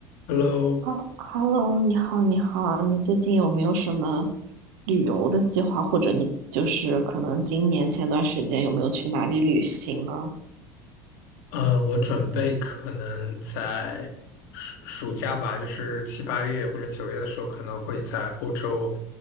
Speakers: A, on the left; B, on the right.
A: Hello，
B: 哈，Hello，你好，你好，你最近有没有什么旅游的计划，或者你就是可能今年前段时间有没有去哪里旅行呢？
A: 呃，我准备可能在暑暑假吧，就是七八月或者九月的时候，可能会在欧洲